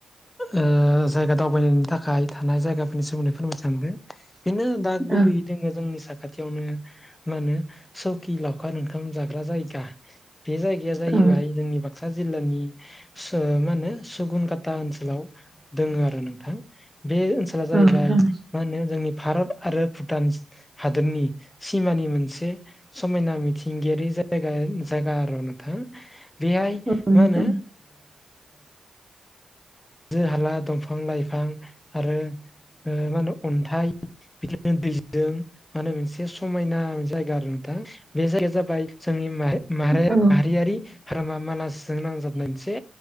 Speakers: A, on the left (about 15°); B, on the right (about 15°).
A: ओ जायगा दावबायनायनि थाखाय थानाय जायगा। सोमोदै फोर सानदों बेनो दा गुबै
B: औ
A: जोङो जोंनि साखाथियावनो मा होनो सौकि लावखार ओंखाम जाग्रा जायगा। बे जायगाया जाहैबाय
B: औ
A: जोंनि बाग क्सा जिल्लानि सो मा होनो सुगुनकाटा ओनसोलाव दोङो आरो नोंथां बे ओनसोला जाहैबाय।
B: औ नोंथां
A: मा होनो जोंनि भारत आरो भुटान हादोरनि सिमानि मोनसे समायना मिथिंगायारि जायगा जायगा आरो नोंथां बेहाय
B: औ नोंथां
A: मा होनो हाजो हाला दंफां लाइफां आरो मा होनो अन्थाइ बिदिनो दैजों मा होनो मोनसे समायना जायगा आरो नोंथां बेजों बाय जिम माहारियारि
B: औ
A: हामा मानासजों नांजाबनाय मोनसे